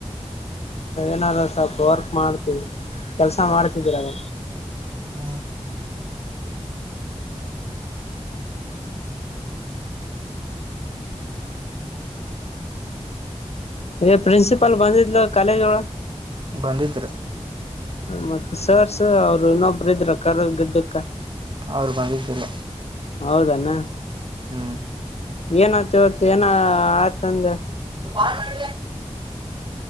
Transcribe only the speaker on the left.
ನಾವ್ ಒಂದ್ ಸ್ವಲ್ಪ ವರ್ಕ್ ಮಾಡ್ತವಿ ಕೆಲ್ಸ ಮಾಡ್ತಿದೀರ ಅಲ.
ಏ ಪ್ರಿನ್ಸಿಪಲ್ ಬಂದಿದ್ಲು ಕಾಲೇಜ್ಗವ.
ಮತ್ತೆ ಸರ್ಸು ಅವ್ರು ಇನ್ನೊಬ್ಬರು ಇದ್ರ ಕರ್ರಗ್ ಗಿಡ್ಡಕ್ಕ.
ಹೌದೇನ
ಏನಾತ್ತಿವತ್ತು ಏನ ಆಯ್ತಂದ್ಯ